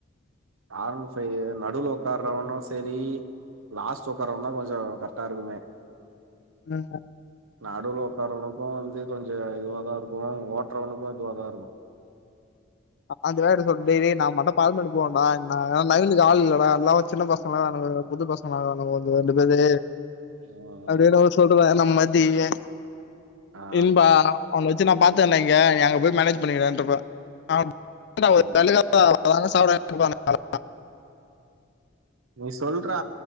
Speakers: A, on the right; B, on the left.
A: ஆர் என் பைவ்ல நடுவுல உக்காரவனு சேரி லாஸ்ட்டு உக்காரவெ தா கொஞ்சோ கரெக்டா இருக்குனு
B: ம்
A: நடுல உக்காரவனுக்கு வந்து கொஞ்சோ இதுவா தா இருக்கு ஓட்டுறவனுக்கு இதுவா தா இருக்கு
B: அந்த வேர்ட சொன்னதே நா தா மொத பால்மேடு போவோ டா என்னா நவனுக்கு ஆள் இல்லடா எல்லா சின்ன பச பசங்களா வராங்க புது பசங்களா வரானுங்க ஒரு ரெண்டு பேரு
A: ம்
B: அப்டியே
A: ம்
B: நா <unintelligible> சொல்றேனா நம்மதியே
A: ஆ
B: இன்பா அதுல வச்சு நா பாத்தே இன்னைக்கே அங்க போய் மேனேஜ் பண்ணிக்கோடான்றுப்பே <inaudible> சாப்ட
A: ம் ம்
B: வாங்கி வந்துருப்பாரு
A: நீ சொல்றா